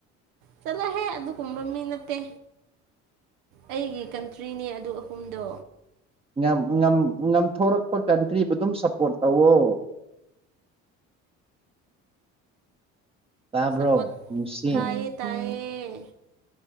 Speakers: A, on the right; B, on the right.
A: ꯆꯠꯂꯍꯦ ꯑꯗꯨꯒꯨꯝꯕ ꯃꯤ ꯅꯠꯇꯦ ꯑꯩꯒꯤ ꯀꯟ ꯇ꯭ꯔꯤꯅꯦ ꯑꯗꯨ ꯑꯍꯨꯝꯗꯣ꯫
B: ꯉꯝ-ꯉꯝ-ꯉꯝꯊꯣꯔꯛꯄ ꯀꯟꯇ꯭ꯔꯤꯕꯨꯗꯨꯝ ꯁꯞꯄꯣꯔꯠ ꯇꯧꯋꯣ꯫ <inaudible> ꯇꯥꯕ꯭ꯔꯣ
A: ꯁꯞꯄꯣꯔꯠ
B: ꯅꯨꯡꯁꯤ
A: ꯇꯥꯏꯌꯦ ꯇꯥꯏꯌꯦ